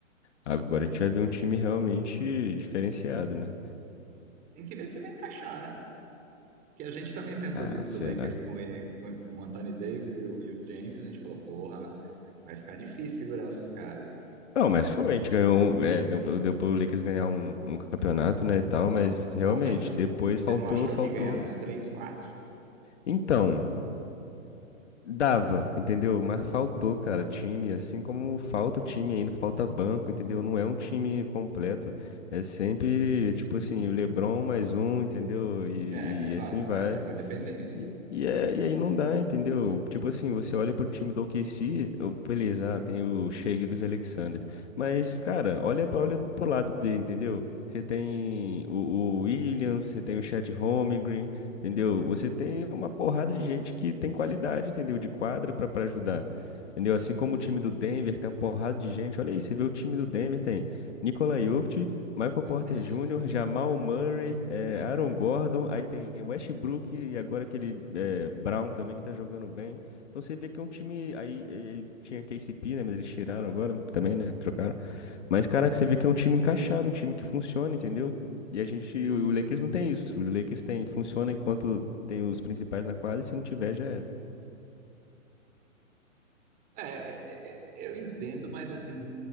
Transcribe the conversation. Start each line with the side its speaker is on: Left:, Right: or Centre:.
Left: Agora a gente vai ver um time realmente diferenciado, né?
Right: Tem que ver se vai encaixar, né? Que a gente também pensou
Left: Ah,
Right: disso
Left: será?
Right: do Lakers com, ele, com, com o Anthony Davis e o, e o James. A gente falou, porra, vai ficar difícil segurar esses caras.
Left: Não, mas foi, a gente ganhou, um- é, deu, pro- deu pro Lakers ganhar um, um campeonato, né, e tal, mas realmente,
Right: Pô, mas
Left: depois
Right: você
Left: faltou,
Right: não achou
Left: faltou.
Right: que ganhar uns três, quatro?
Left: Então, dava, entendeu? Mas faltou, cara, time, assim como falta time ainda, falta banco, entendeu? Não é um time completo, é sempre, tipo assim, o LeBron mais um, entendeu? E,
Right: É, exato.
Left: e assim vai.
Right: É dessa dependência.
Left: E, e, é- e aí não dá, entendeu? Tipo assim, você olha pro time do OKC, eu- beleza, ah, tem o Shea Gilgeous Alexander. Mas, cara, olha, pra- olha pro lado dele, entendeu? Você tem o, o Williams, você tem o Chet Holmgren, entendeu? Você tem uma porrada de gente que tem qualidade, entendeu? De quadra pra, pra ajudar. Entendeu? Assim como o time do Denver tem uma porrada de gente. Olha aí, você vê o time do Denver, tem Nikola Jokic, Michael
Right: É,
Left: Porter
Right: mas.
Left: Júnior, Jamal Murray, eh, Aaron Gordon, aí tem Westbrook e agora aquele eh, Brown também que tá jogando bem. Então você vê que é um time. Aí eh, tinha KCP, né? Mas eles tiraram agora também, né? Trocaram. Mas,
Right: Uhum.
Left: caraca, você vê que é um time encaixado, um time que funciona, entendeu? E a gente. O o Lakers não tem isso. O Lakers tem, funciona enquanto tem os principais na quadra e se não tiver já é.
Right: É, é, é, eu entendo, mas assim,